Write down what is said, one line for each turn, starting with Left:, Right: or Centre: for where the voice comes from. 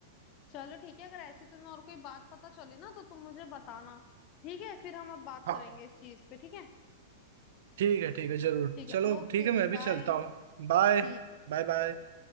Left: चलो ठीक है अगर ऐसी तुम्हें और कोई बात पता चली ना तो तुम मुझे बताना ठीक है फिर हम अब बात
Right: हाँ
Left: करेंगे इस चीज पे ठीक है
Right: ठीक है ठीक है जरूर
Left: ठीक
Right: चलो
Left: है ओके
Right: ठीक है मैं भी
Left: बाय
Right: चलता हूँ बाय
Left: ठीक है
Right: बाय बाय